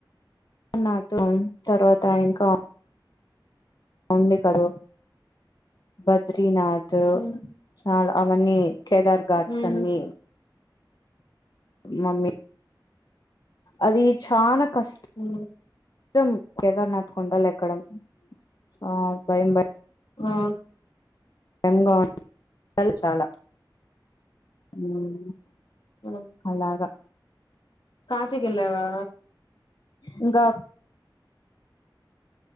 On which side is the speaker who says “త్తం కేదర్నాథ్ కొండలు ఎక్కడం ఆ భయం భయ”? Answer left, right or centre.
Left